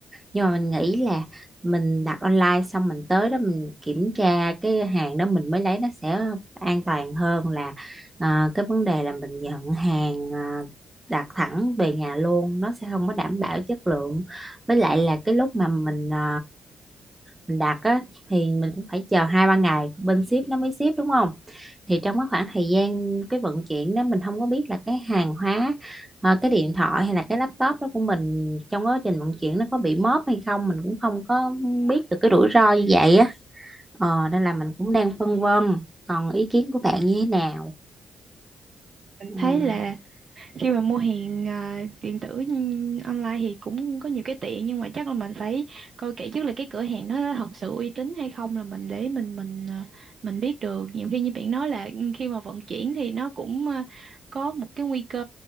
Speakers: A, on the right; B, on the right.
A: nhưng mà mình nghĩ là mình đặt online xong mình tới đó mình kiểm tra cái hàng đó mình mới lấy nó sẽ an toàn hơn là ờ, cái vấn đề là mình nhận hàng ờ, đặt thẳng về nhà luôn nó sẽ không có đảm bảo chất lượng với lại là cái lúc mà mình ờ, mình đặt á thì mình cũng phải chờ hai ba ngày bên ship nó mới ship đúng không thì trong cái khoảng thời gian cái vận chuyển đó mình không có biết là cái hàng hóa ờ, cái điện thoại hay là cái laptop đó của mình trong quá trình vận chuyển nó có bị móp hay không mình cũng không có biết được cái rủi ro như vậy á ờ, nên là mình cũng đang phân vân còn ý kiến của bạn như thế nào Ừm,
B: thấy là khi mà mua hàng à, điện tử n- online thì cũng có nhiều cái tiện nhưng mà chắc là mình phải coi kỹ trước là cái cửa hàng nó thật sự uy tín hay không là mình để mình mình à, mình biết được nhiều khi như bạn nói là ừ, khi mà vận chuyển thì nó cũng à, có một cái nguy cơ